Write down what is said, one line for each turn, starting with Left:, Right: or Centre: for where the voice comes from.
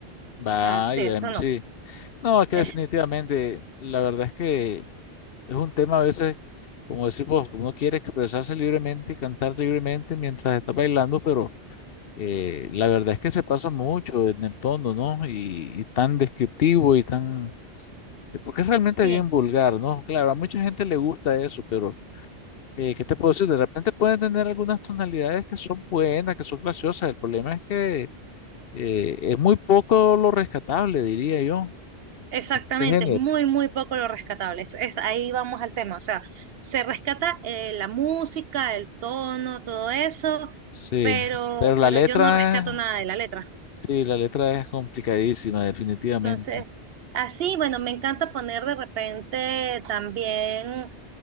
Right: O
Left: Vaya,
Right: sea, sí, eso
Left: em,
Right: no.
Left: sí. No, es que
Right: Es-
Left: definitivamente, la verdad es que es un tema a veces, como decimos, uno quiere expresarse libremente y cantar libremente mientras está bailando, pero eh, la verdad es que se pasa mucho en el tono, ¿no? Y, y tan descriptivo y tan... Porque es realmente
Right: sí,
Left: bien vulgar, ¿no? Claro, a mucha gente le gusta eso, pero eh, ¿qué te puedo decir? De repente pueden tener algunas tonalidades que son buenas, que son graciosas. El problema es que eh, es muy poco lo rescatable, diría yo,
Right: exactamente,
Left: en este género.
Right: es muy, muy poco lo rescatable. Es, es- ahí vamos al tema, o sea, se rescata eh, la música, el tono, todo eso,
Left: Sí,
Right: pero,
Left: pero la
Right: pero
Left: letra,
Right: yo no rescato nada de la letra.
Left: sí, la letra es complicadísima, definitivamente.
Right: Entonces, así, bueno, me encanta poner de repente también